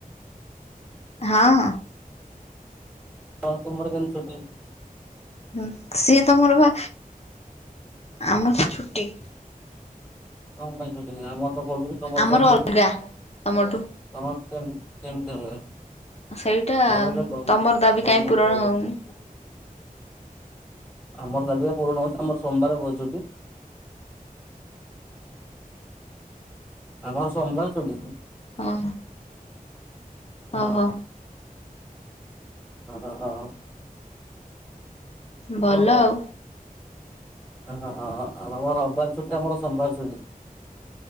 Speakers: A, on the left; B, in the centre.
A: ହଁ ହଁ।
B: ହ ତୁମର କେନ ଛଟି?
A: ହଁ ସିଏ ତମର ବା ଆମର ଛୁଟି।
B: କଣ ପାଇଁ ଛୁଟି ଆମର ତ ଖୋଲୁଛି ତମର
A: ଆମର
B: କାହି ଛୁଟି
A: ଅଲଗା ତମଠୁ।
B: ତମର କେ କେମିତି ହୁଏ
A: ସେଇଟା
B: ଆର ଗ-ଗମେଟ।
A: ତମର ଦାବି କାହିଁ ପୂରଣ
B: <unintelligible>
A: ହଉନି।
B: ଆମର ଦାବି ପୂରଣ ହଉଛି ଆମର ସୋମବାର ବହେ ଛୁଟି। ଆମର ସୋମବାର ଛୁଟି।
A: ହଁ। ଓହୋ
B: ହଁ ହଁ। ହଁ ହଁ।
A: ଭଲ
B: ହଁ।
A: ଆଉ
B: ହଁ ହଁ ଆମ ରବିବାର ଛୁଟି ଆମର ସୋମବାର ଛୁଟି।